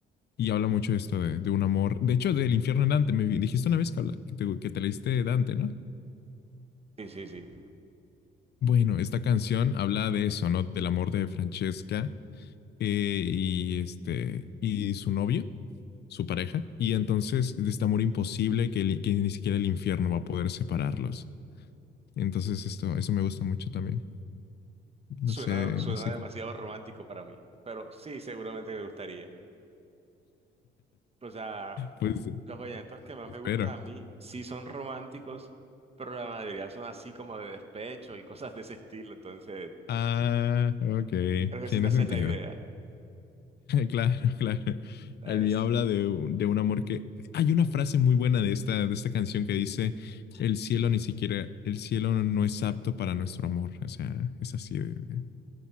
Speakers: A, on the left; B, on the right.
A: y habla mucho de esto de, de un amor, de hecho del infierno en Dante, me vi- dijiste una vez que, habla- que, te, que te leíste Dante, ¿no?
B: Sí, sí, sí.
A: Bueno, esta canción habla de eso, ¿no? Del amor de Francesca eh, y este y su novio su pareja, y entonces de este amor imposible que, li- que ni siquiera el infierno va a poder separarlos. Entonces esto, eso me gusta mucho también. No
B: Suena,
A: sé,
B: suena
A: no sé
B: demasiado
A: qué.
B: romántico para mí, pero sí, seguramente me gustaría. O sea,
A: Pues sí,
B: los vallenatos que más
A: espero.
B: me gustan a mí sí son románticos, pero la mayoría son así como de despecho y cosas de ese estilo, entonces
A: Ah, ok,
B: creo que
A: tiene
B: sí te haces
A: sentido.
B: la idea.
A: <laughs> Claro, claro.
B: O
A: El
B: sea, es
A: mío habla de, un- de un amor que... Hay una frase muy buena de esta, de esta canción que dice, el cielo ni siquiera, el cielo no es apto para nuestro amor. O sea, es así de... de-